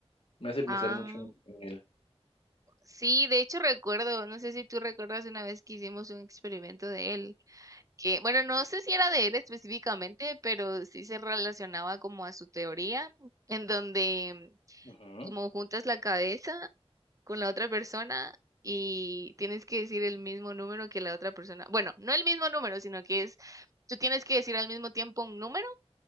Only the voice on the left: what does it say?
Me hace pensar
mucho en en él.
Ujú,